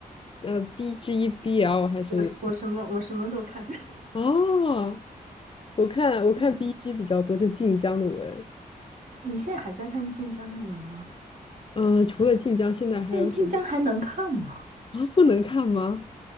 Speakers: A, on the left (about 35°); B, on the right (about 60°).
A: 呃 BGBL 还是？
B: <laughs> 我是我什么我什么都看。<laughs>
A: 哦，我看我看
B: 嗯
A: BG 比较多，就晋江的文。
B: 你现在还在看晋江的文吗？
A: 嗯，除了晋江，现在还有什么
B: 现在晋江还能看吗？
A: 啊？不能看吗？